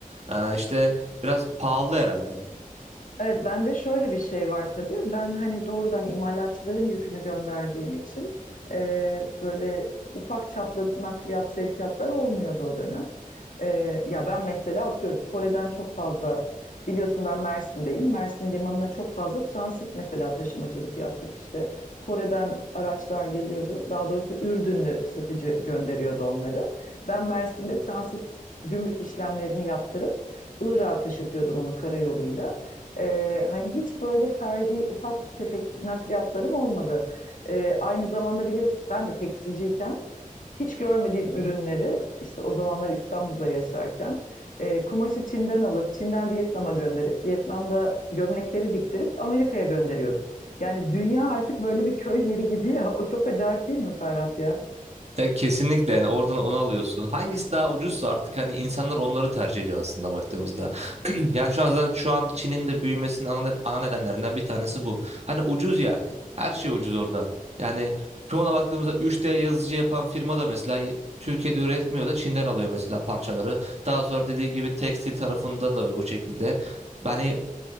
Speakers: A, on the right; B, on the left.
A: Ee, işte biraz pahalı herhalde.
B: Evet, bende şöyle bir şey var tabii. Ben hani doğrudan imalatçıların yükünü gönderdiğim için e, böyle ufak çaplı nakliyat sevkiyatlar olmuyordu o dönem. E, ya ben mesela atıyorum Kore'den çok fazla biliyorsun ben Mersin'deyim. Mersin limanına çok fazla transit mesela taşımacılık yaptık işte. Kore'den araçlar geliyordu. Daha doğrusu Ürdünlü satıcı gönderiyordu onları. Ben Mersin'de transit gümrük işlemlerini yaptırıp Irak'a taşıtıyordum onu karayoluyla. E, hani hiç böyle ferdi ufak tefek nakliyatlarım olmadı. E, aynı zamanda biliyorsun ben de tekstilciyken hiç görmediğim ürünleri işte o zamanlar İstanbul'da yaşarken e, kumaşı Çin'den alıp Çin'den Vietnam'a gönderip Vietnam'da gömlekleri diktirip Amerika'ya gönderiyordum. Yani dünya artık böyle bir köy yeri gibi ya. O çok acayip değil mi Ferhat ya?
A: Ya kesinlikle yani oradan onu alıyorsun. Hangisi daha ucuzsa artık hani insanlar onları tercih ediyor aslında baktığımızda. <clears throat> Yani şu an zaten şu an Çin'in de büyümesinin ana, ana nedenlerinden bir tanesi bu. Hani ucuz yani. Her şey ucuz orada. Yani çoğuna baktığımızda 3D yazıcı yapan firma da mesela Türkiye'de üretmiyor da Çin'den alıyor mesela parçaları. Daha sonra dediğin gibi tekstil tarafında da o şekilde. Yani